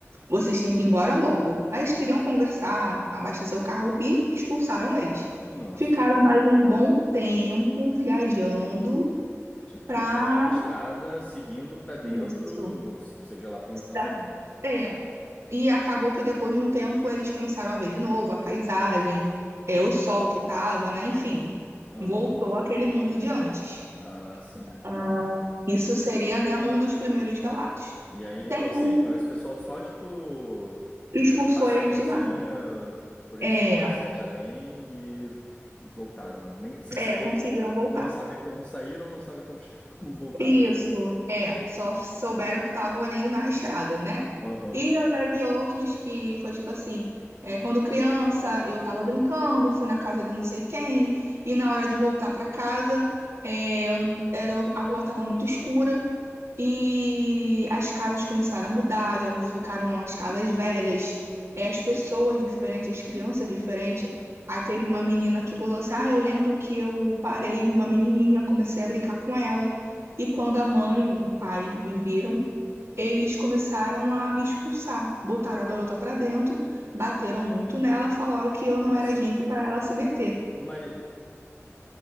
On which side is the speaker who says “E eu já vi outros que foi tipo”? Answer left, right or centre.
Right